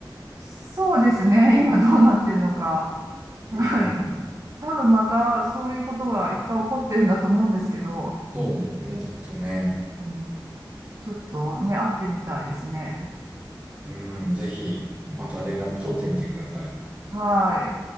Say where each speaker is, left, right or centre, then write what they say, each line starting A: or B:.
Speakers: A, on the right; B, on the right.
A: そうですね。今どうなってるのか。はい。
B: うん。
A: 多分またそういうことがいっぱい起こってるんだと思うんですけど、
B: そうですね、きっとね。
A: うんちょっとね、会ってみたいですね。
B: うん、ぜひ、また連絡取ってみてください。
A: はい。